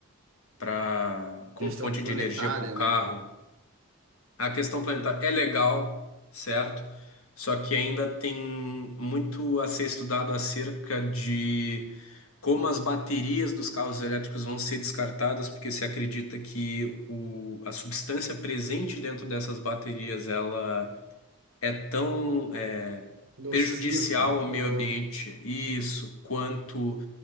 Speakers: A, on the left (about 80°); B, on the right (about 70°).
A: para como
B: questão
A: fonte
B: planetária,
A: de energia para o carro,
B: né?
A: a questão planetária é legal, certo? Só que ainda tem muito a ser estudado acerca de como as baterias dos carros elétricos vão ser descartadas, porque se acredita que o, a substância presente dentro dessas baterias ela é tão é,
B: Nociva.
A: prejudicial ao meio
B: Aham.
A: ambiente, isso, quanto